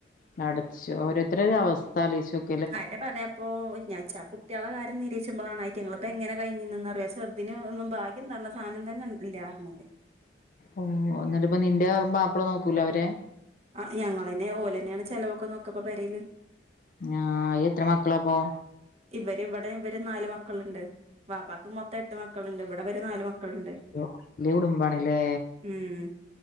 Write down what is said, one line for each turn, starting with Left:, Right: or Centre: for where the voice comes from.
Left: പടച്ചോ ഓരോരുത്തരെ ഒരു അവസ്ഥ ആലോയ്ച്ചോക്ക്
Right: ആന്നേ പറയാപ്പോ ഞാ ഇച്ച് കുട്ടിയാളെ കാര്യം നിരീച്ചുമ്പളാണ് ഐറ്റങ്ങള് ഇപ്പോ എങ്ങനെ കഴിഞ്ഞീന്നന്ന് റിയോ ചെറ് തിന് ഒന്നും ഭാഗ്യം നര്ണെ സാനംതന്നെ ഇല്ലാന്ന് റഞ്ഞിലെ
Left: ഓ നിട്ട് പ്പോ നിന്റെ മാപ്പിള നോക്കൂലെ അവരെ
Right: അ ഞങ്ങളന്നേ ഓലന്നെണ് ചലവൊക്ക നോക്ക പ്പോ പരേല്
Left: ആഹ് എത്ര മക്കളാപ്പോ
Right: ഇവര് ഇവിടെ ഇവര് നാല് മക്കള്ണ്ട് ബാപ്പാക്ക് മൊത്തം എട്ട് മക്കള്ണ്ട് ഇവടെ ഇവര് നാല് മക്കള്ണ്ട്
Left: യോ വെല്യാ കുടുംബാണ് ല്ലേ!
Right: ഹ്മ്